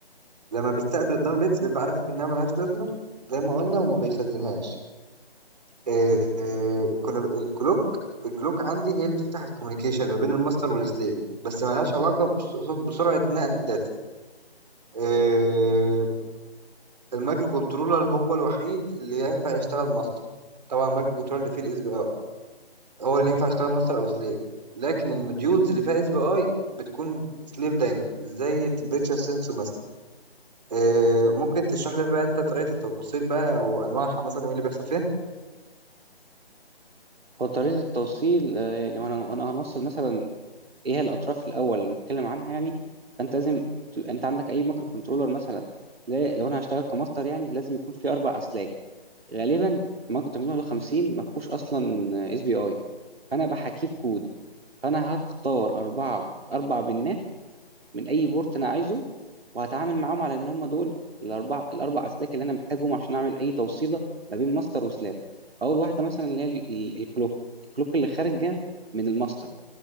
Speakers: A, on the right; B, on the right.
A: لما بيستقبل الداون بيتس بيبقى عارف انها ملهاش لازمه زي ما قلنا وما بيخزنهاش آه، آه، كنا ب- الكلوك الكلوك عندي هي اللي بتفتح الكوميونيكيشن ما بين الماستر والسليف بس ما لهاش علاقه بس- بسرعه نقل الداتا آه، المايكرو كنترولر هو الوحيد اللي ينفع يشتغل ماستر طبعا المايكرو كنترولر اللي فيه الاس بي اي هو اللي ينفع يشتغل ماستر او سليف لكن الموديولز اللي فيها اس بي اي بتكون سليف دايما زي التمبريتشر سensor مثلا آه، ممكن تشرح لي بقى انت طريقه التوصيل بقى وانواعها مثلا وايه اللي بيحصل فيها
B: هو طريقة التوصيل آه، لو انا أنا هنوصل مثلا ايه هي الاطراف الاول اللي نتكلم عنها يعني فانت لازم ت- انت عندك اي مايكرو كنترولر مثلا لا لو انا هشتغل كماستر يعني لازم يكون في اربع اسلاك غالبا مايكرو 851 ما فيهوش اصلا اس بي اي فانا بحكيه بكود فانا هختار اربعه اربع بنات من اي بورت انا عايزه وهتعامل معاهم على ان هم دول الاربع الاربع اسلاك اللي انا محتاجهم عشان اعمل اي توصيله ما بين ماستر وسلاب اول واحده مثلا اللي هي ال- ال- الكلوك الكلوك اللي خارجه من الماستر